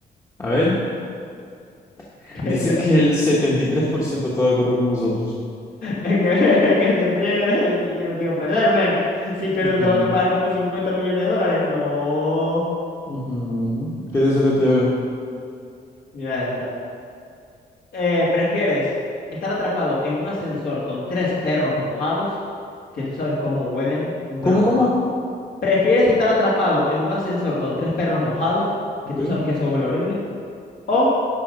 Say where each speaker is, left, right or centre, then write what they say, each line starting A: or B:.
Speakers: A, on the left; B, on the left.
A: A ver, <laughs> dice
B: <laughs>
A: que el 73% está de acuerdo con nosotros.
B: Es que, <laughs> que se friegue, y <laughs> yo no quiero perder, men. Si pierdo,
A: Ujú,
B: tengo que pagar como 50 millones de dólares. No.
A: ujú. ¿Qué dice Leti? A ver.
B: Mira esta. Eh, ¿prefieres estar atrapado en un ascensor con tres perros mojados? Que tú sabes cómo huelen un perro
A: ¿Cómo,
B: mojado.
A: cómo?
B: ¿Prefieres estar atrapado en un ascensor con tres perros mojados? Que
A: Ok.
B: tú sabes que eso huele horrible. ¿O